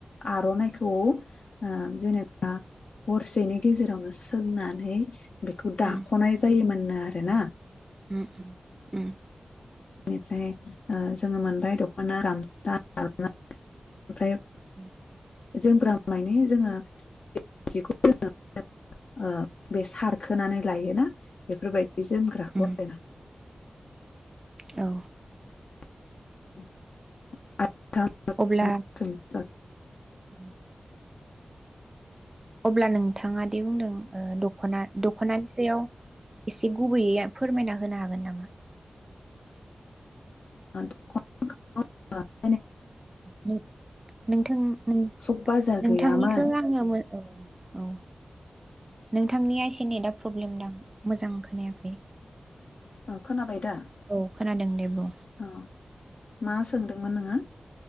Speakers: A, on the left; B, on the right.
A: आर'नाइखौ ओ जेनेबा हरसेनि गेजेरावनो सोंनानै बेखौ दाख'नाय
B: उम
A: जायो मोननो आ रो ना।
B: उम उम उम
A: बेनिफ्राय ओ जोङो मोनबाय दख'ना, गामसा, आरना ओमफ्राय
B: <inaudible>
A: जोम मानि जोङो जिखौ जोङो ओ बे सारखोनानै लायोना बेफोरबाय दि जोमग्राखौ
B: उम
A: आरोना।
B: औ
A: <unintelligible> थां <unintelligible>
B: अब्ला <inaudible> अब्ला नों थाङादि बुंदों दखना द खनानि सायाव एसे गुबैयै फोरमायना होनो हागोन नामा?
A: <unintelligible>
B: नों नोंथां नों
A: सक बाजार
B: नोंथांनिखौ
A: गैयामोन
B: आङो औ औ नोंथांनिया एसे नेटा प्रब्लेम दां? मोजां खोनायाखै।
A: ओ खोनाबाय दा?
B: औ खोनादों दे बुं।
A: औ मा सोंदोंमोन नोङो?